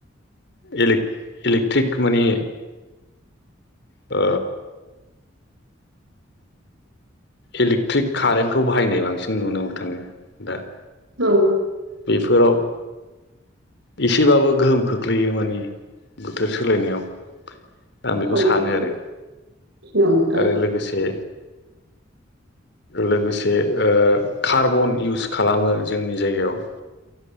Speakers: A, on the left; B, on the right.
A: इले इलेकट्रिक माने ओ इलेक्ट्रिक कारेन्टखौ बाहायनाय बांसिन नुनो मोनो थाङो दा
B: औ
A: बेफोराव एसेबाबो गोहोम खोख्लैयो माने बोथोर सोलायनायाव। आं बेखौ
B: औ
A: सानो
B: नोंथां
A: आरो
B: औ नोंथां
A: आरो लोगोसे लोगोसे ओ कार्बन इउस खालामो जोंनि जायगायाव।